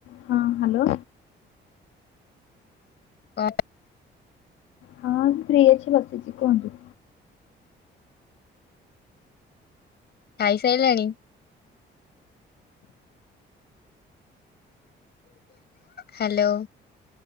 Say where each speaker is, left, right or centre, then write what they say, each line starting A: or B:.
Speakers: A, on the left; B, on the left.
A: ହଁ, ହାଲୋ।
B: <unintelligible>
A: ହଁ ମୁଁ ଫ୍ରି ଅଛି, ବସିଛି, କୁହନ୍ତୁ?
B: ଖାଇ ସାଇଲାଣି। ହାଲୋ।